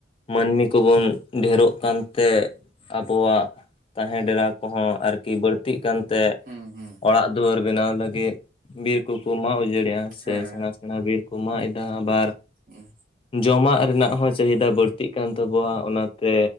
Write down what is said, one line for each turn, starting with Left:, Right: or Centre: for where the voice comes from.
Left: ᱢᱟᱹᱱᱢᱤ ᱠᱚᱵᱚᱱ ᱰᱷᱮᱨᱚᱜ ᱠᱟᱱ ᱛᱮ ᱟᱵᱚᱣᱟᱜ ᱛᱟᱦᱮᱸ ᱰᱮᱨᱟ ᱠᱚᱦᱚᱸ ᱟᱨᱠᱤ ᱵᱟᱹᱲᱛᱤᱜ ᱠᱟᱱᱛᱮ
Right: ᱦᱩᱸ ᱦᱩᱸ
Left: ᱚᱲᱟᱜ ᱫᱩᱣᱟᱹᱨ ᱵᱮᱱᱟᱣ ᱞᱟᱹᱜᱤᱫ ᱵᱤᱨ ᱠᱚᱠᱚ ᱢᱟᱜ ᱩᱡᱟᱹᱲᱮᱜᱼᱟ᱾ ᱥᱮ
Right: ᱦᱮᱸ
Left: ᱥᱮᱬᱟ ᱥᱮᱬᱟ ᱵᱤᱨ ᱠᱚ ᱢᱟᱜ ᱮᱫᱟ, ᱟᱵᱟᱨ
Right: ᱦᱮᱸ
Left: ᱡᱚᱢᱟᱜ ᱨᱮᱱᱟᱜ ᱦᱚᱸ ᱪᱟᱹᱦᱤᱫᱟ ᱵᱟᱹᱲᱛᱤ ᱛᱤᱜ ᱠᱟᱱ ᱛᱟᱵᱚᱣᱟ ᱚᱱᱟᱛᱮ